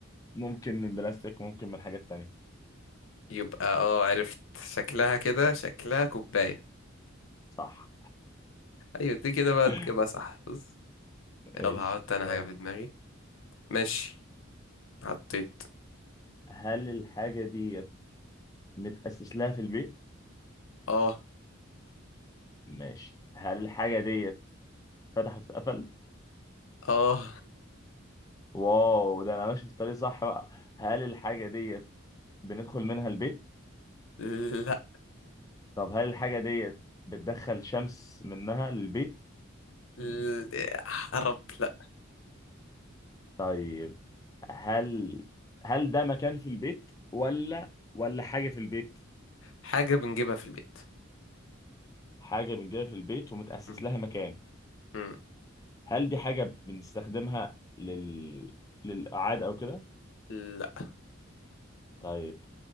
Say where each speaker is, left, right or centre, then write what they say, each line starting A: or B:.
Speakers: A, on the left; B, on the left.
A: ممكن من بلاستيك ممكن من حاجات تانية
B: يبقى اه عرفت شكلها كده شكلها كوباية
A: صح
B: ايوه دي كده بقى
A: <laughs>
B: تجيبها صح بص
A: ايش
B: يلا هحط انا
A: يلا.
B: حاجة في دماغي ماشي حطيت
A: هل الحاجة دي متأسس لها في البيت؟
B: اه
A: ماشي هل الحاجة دي فتح وتتقفل؟
B: اه
A: واو ده أنا ماشي في الطريق صح بقى هل الحاجة دي بندخل منها البيت؟
B: لا
A: طب هل الحاجة دي بتدخل شمس منها للبيت؟
B: ل- حرب لا
A: طيب هل هل ده مكان في البيت ولا ولا حاجة في البيت؟
B: حاجة بنجيبها في البيت
A: حاجة بنجيبها في البيت ومتأسس
B: مم.
A: لها مكان
B: مم.
A: هل دي حاجة بنستخدمها لل للإعادة أو كده؟
B: لا
A: طيب